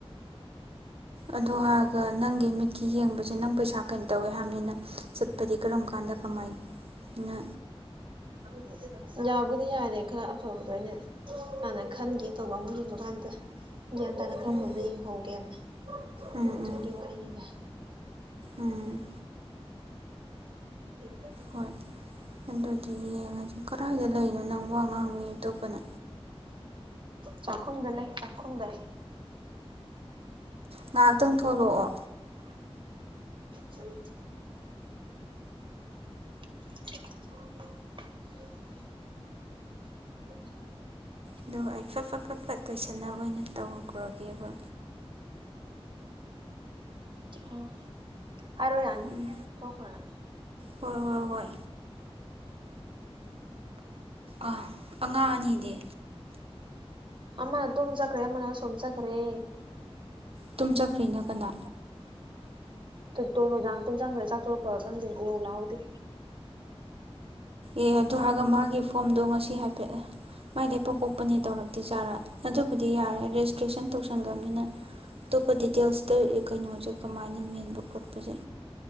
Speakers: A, on the right (about 65°); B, on the right (about 50°).
A: ꯑꯗꯣ ꯍꯥꯏꯔꯒ ꯅꯪꯒꯤ ꯃꯤꯠꯀꯤ ꯌꯦꯡꯕꯁꯦ ꯅꯪ ꯄꯩꯁꯥ ꯀꯩꯅꯣ ꯇꯧꯋꯦ ꯍꯥꯏꯕꯅꯤꯅ ꯆꯠꯄꯗꯤ ꯀꯔꯝ ꯀꯥꯟꯗ ꯀꯃꯥꯏꯅ
B: <inaudible> ꯌꯥꯕꯨꯗꯤ ꯌꯥꯔꯦ ꯈꯔ ꯑꯐꯕꯗꯣ ꯑꯩꯅ ꯍꯥꯟꯅ ꯈꯟꯒꯦ ꯇꯧꯕ ꯑꯃꯨꯛ ꯂꯤꯡꯕ ꯀꯥꯟꯗ ꯒ꯭ꯌꯥꯟ ꯇꯥꯅ ꯈꯔ
A: ꯎꯝ
B: ꯐꯥꯕꯗ ꯌꯦꯡꯍꯧꯒꯦꯅ
A: ꯎꯝ
B: ꯎꯖ
A: ꯎꯝ
B: <inaudible> ꯋꯥꯔꯤꯅꯤꯗ
A: ꯎꯝ
B: <inaudible>
A: ꯍꯣꯏ ꯑꯗꯨꯗꯤ ꯌꯦꯡꯉꯁꯤ ꯀꯗꯥꯏꯗ ꯂꯩꯅꯣ ꯅꯪ ꯋꯥ ꯉꯥꯡꯉ ꯑꯇꯣꯞꯄꯅ
B: ꯆꯥꯛꯈꯨꯝꯗ ꯂꯩ ꯆꯥꯛꯈꯨꯝꯗ
A: ꯉꯥꯏꯍꯥꯛꯇꯪ ꯊꯣꯛꯂꯛꯑꯣ
B: ꯁ <inaudible> <inaudible>
A: ꯑꯗꯣ ꯑꯩꯐ ꯐ ꯐ ꯐ ꯇꯣꯏꯁꯟꯅꯕ ꯑꯣꯏꯅ ꯇꯧꯈ꯭ꯔꯒꯦꯕ
B: ꯑ ꯍꯥꯏꯔꯣ ꯌꯥꯅꯤ
A: ꯎꯝ
B: ꯊꯣꯛꯈꯔ
A: ꯍꯣꯏ ꯍꯣꯏ ꯍꯣꯏ ꯑꯥ ꯑꯉꯥꯡ ꯑꯅꯤꯗꯤ
B: ꯑꯃ ꯇꯝ ꯆꯈꯔꯦ ꯃꯅꯥ ꯁꯣꯝ ꯆ ꯈꯔꯦ
A: ꯇꯨꯡ ꯆ ꯐ꯭ꯔꯤꯅ ꯀꯅꯥ
B: ꯇꯣ ꯂꯣꯏꯗꯥꯡ ꯇꯨꯝ ꯆꯪꯈ꯭ꯔ ꯆꯥꯛꯊꯣꯣꯔꯛꯄꯒ ꯈꯪꯗꯦ ꯎꯍꯧ ꯂꯥꯛꯍꯧꯗꯦ
A: ꯑꯦ ꯑꯗꯨ ꯍꯥꯏꯔꯒ ꯃꯥꯒꯤ ꯐꯣꯝꯗꯣ ꯉꯁꯤ ꯍꯥꯏ ꯃꯥꯏ ꯂꯩꯄꯣꯛ ꯄꯣꯛꯄꯅꯦ ꯇꯧꯔꯛꯇꯦ ꯆꯖꯥꯔꯥ ꯑꯗꯨꯕꯨꯗꯤ ꯌꯥꯔꯦ ꯔꯦꯖꯤꯁꯇ꯭ꯔꯦꯁꯟ ꯇꯧꯁꯟꯈꯕꯅꯤꯅ ꯑꯇꯣꯞꯄ ꯗꯤꯇꯦꯜꯁꯇ ꯀꯩꯅꯣꯁꯦ ꯀꯃꯥꯏꯅ ꯃꯦꯟꯕ ꯈꯣꯠꯄꯁꯦ